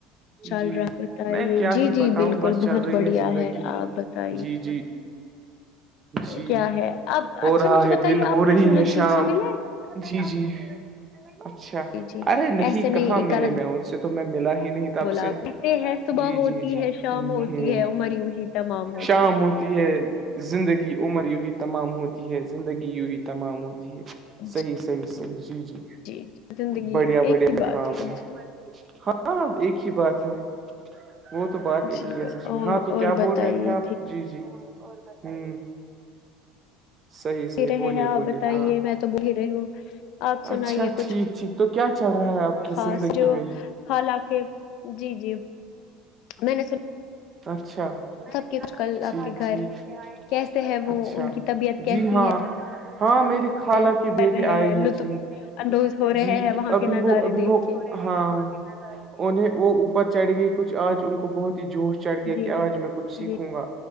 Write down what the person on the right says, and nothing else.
جی
میں کیا
ہی
بتاؤں
بس چل
رہی
زندگی
جی جی جی
ہو
رہا
ہے
دن
ہو
رہی ہے
شام
جی جی اچھا
ارے نہیں
کہاں ملے
میں مجھ سے تو میں ملا ہی نہیں تھا آپ
سے
جی
جی جی
ہ
ہ
شام ہو ہے زندگی عمر یوی تمام ہوتی ہے زندگی یوی تمام ہوتی ہے
صحیح صحیح صحیح جی جی
بڑھیا
بڑھیا
کہا آپ
نے
ہاں ایک ہی بات ہے وہ تو بات ایک
ہی ہے
سچ میں
ہاں تو
کیا
بول رہے تھے آپ جی جی ہوں صحیح صحیح
بولیے
بولیے
ہاں
اچھا
ٹھیک ٹھیک تو کیا چل رہا ہے کی
زندگی
میں
اچھا میں نے
سنا تھا
ٹھیک
ٹھیک آئے ہیں
آج کل
اچھا
جی ہاں ہاں میرے
خال کے
بیٹے
آئے ہیں
جی
جی
ابھی
وہ ابھی
وہ
ہاں انہیں وہ اوپر چڑھ گئی کچھ آج ان کو بہت جوش چڑھ گیا
کہ
آج میں کچھ سیکھوں
گا